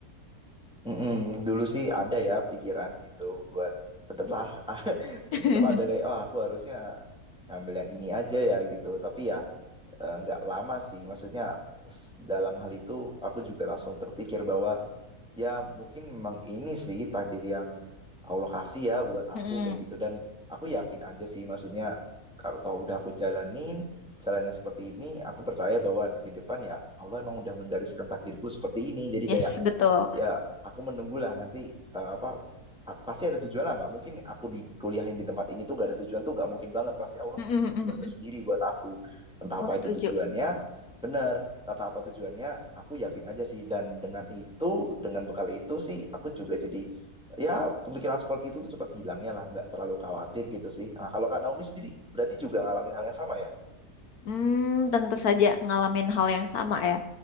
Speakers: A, in the centre; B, on the left.
A: mm-mm. Dulu sih ada ya pikiran gitu buat tetaplah <laughs>
B: <laughs>
A: tetap ada kayak oh aku harusnya ngambil yang ini aja ya gitu. Tapi ya eh, nggak lama sih, maksudnya s- dalam hal itu aku juga langsung terpikir bahwa ya mungkin memang ini sih takdir yang Allah kasih ya buat aku
B: Mm-mm.
A: kayak gitu dan aku yakin aja sih maksudnya kalau tau udah aku jalanin jalannya seperti ini, aku percaya bahwa di depan ya Allah emang udah menggariskan takdirku seperti ini. Jadi
B: Yes,
A: kayak
B: betul.
A: ya aku menunggulah nanti eh, apa a- pasti ada tujuan lah nggak mungkin aku di kuliahin di tempat ini tuh nggak ada tujuan tuh nggak mungkin banget pasti Allah
B: Mm-mm,
A: tuh punya tujuan
B: mm-mm,
A: tersendiri
B: mm.
A: buat aku entah
B: Aku
A: apa
B: setuju.
A: itu tujuannya bener entah apa tujuannya aku yakin aja sih dan dengan itu dengan bekal itu sih aku juga jadi ya pemikiran seperti itu tuh cepat hilangnya lah nggak terlalu khawatir gitu sih nah kalau Kak Naomi sendiri berarti juga ngalamin hal yang sama ya
B: Hmm, tentu saja ngalamin hal yang sama ya.